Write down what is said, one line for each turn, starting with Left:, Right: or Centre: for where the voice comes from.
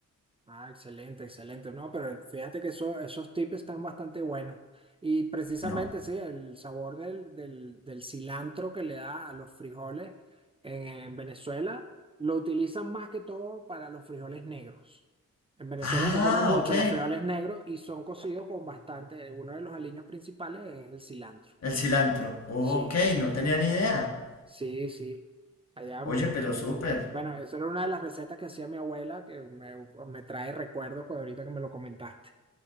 Right: Ah, excelente, excelente. No, pero fíjate que eso- esos tips están bastante buenos. Y precisamente,
Left: No.
Right: sí, el sabor del, del, del cilantro que le da a los frijoles en, en Venezuela, lo utilizan más que todo para los frijoles negros. En Venezuela
Left: Ah,
Right: se come mucho
Left: ok.
Right: los frijoles negros y son cocidos con bastante. Uno de los aliños principales es el cilantro.
Left: El cilantro. Ok,
Right: Sí,
Left: no tenía ni idea.
Right: sí, sí. Allá,
Left: Oye,
Right: mm,
Left: pero súper.
Right: bueno, esa era una de las recetas que hacía mi abuela que me, me trae recuerdos con ahorita que me lo comentaste.